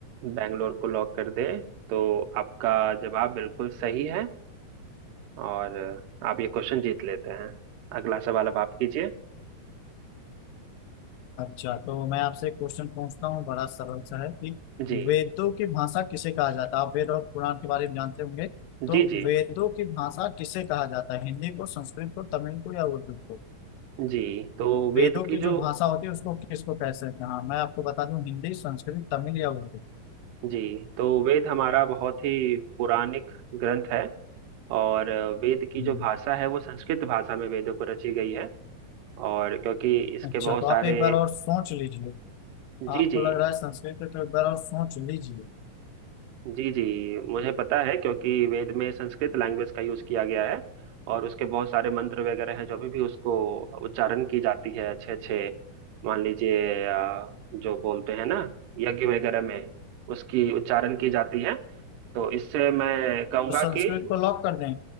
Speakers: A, on the right; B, on the left.
A: बैंगलोर को लॉक कर दें तो आपका जवाब बिल्कुल सही है और आप ये क्वेश्चन जीत लेते हैं अगला सवाल अब आप कीजिए
B: अच्छा तो मैं आपसे क्वेश्चन पूछता हूँ बड़ा सरल सा है कि
A: जी
B: वेदों की भाषा किसे कहा जाता है आप वेद और पुराण के बारे में जानते होंगे
A: जी
B: तो
A: जी
B: वेदों की भाषा किसे कहा जाता है हिंदी को संस्कृत को तमिल को या उर्दू को
A: जी तो वेद
B: वेदों
A: की
B: की
A: जो
B: जो भाषा होती है उसको किसको कह सकते हैं हाँ मैं आपको बता दूं हिंदी संस्कृत तमिल या उर्दू
A: जी तो वेद हमारा बहुत ही पौराणिक ग्रंथ है और वेद की
B: हम्म,
A: जो भाषा है वो संस्कृत भाषा में वेदों को रची गई है और क्योंकि इसके
B: अच्छा
A: बहुत
B: तो आप
A: सारे
B: एक बार और सोच लीजिए
A: जी
B: आपको
A: जी
B: लग रहा है संस्कृत पे तो एक बार और सोच लीजिए
A: जी जी मुझे पता है क्योंकि वेद में संस्कृत लैंग्वेज का यूज किया गया है और उसके बहुत सारे मंत्र वगैरह हैं जो अभी भी उसको उच्चारण की जाती है अच्छे अच्छे मान लीजिए अ, जो बोलते हैं ना यज्ञ वगैरह में उसकी उच्चारण की जाती है तो इससे मैं कहूंगा
B: तो संस्कृत
A: कि
B: को लॉक कर दें